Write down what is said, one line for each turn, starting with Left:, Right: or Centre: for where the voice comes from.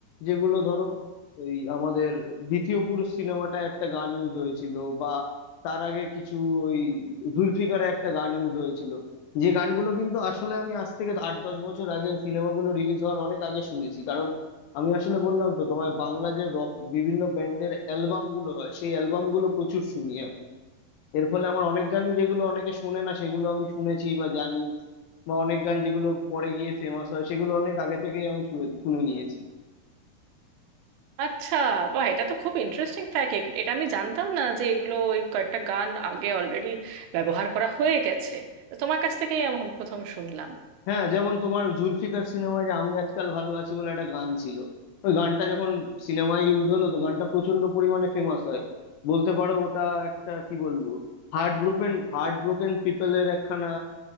Left: যেগুলো ধরো ওই আমাদের দ্বিতীয় পুরুষ সিনেমাটায় একটা গান ইউজ হয়েছিল বা তার আগে কিছু ওই জুলফিকারে একটা গান ইউজ হয়েছিল যে গানগুলো কিন্তু আসলে আমি আজ থেকে আট দশ বছর আগে সিনেমাগুলো রিলিজ হওয়ার অনেক আগে শুনেছি কারণ আমি আসলে বললাম তো তোমার বাংলা যে রক বিভিন্ন ব্যান্ডের অ্যালবাম গুলো হয় সেই অ্যালবাম গুলো প্রচুর শুনি আমি এর ফলে আমার অনেক গানই যেগুলো অনেকে শুনে না সেগুলো আমি শুনেছি বা জানি বা অনেক গান যেগুলো পরে গিয়ে ফেমাস হয় সেগুলো অনেক আগে থেকেই আমি শুনে শুনে নিয়েছি
Right: আচ্ছা বাহ এটা তো খুব ইন্টারেস্টিং ফ্যাক্ট এটা আমি জানতাম না যে এগুলো ওই কয়েকটা গান আগে অলরেডি ব্যবহার করা হয়ে গেছে তো তোমার কাছ থেকেই আমি প্রথম শুনলাম
Left: হ্যাঁ যেমন তোমার জুলফিকার সিনেমায় যে আমি আজকাল ভালো আছি বলে একটা গান ছিল ওই গানটা যখন সিনেমায় ইউজ হলো তো গানটা প্রচন্ড পরিমাণে ফেমাস হয় বলতে পারো ওটা একটা কি বলবো হার্ট ব্রোকেন হার্ট ব্রোকেন পিপলের একখানা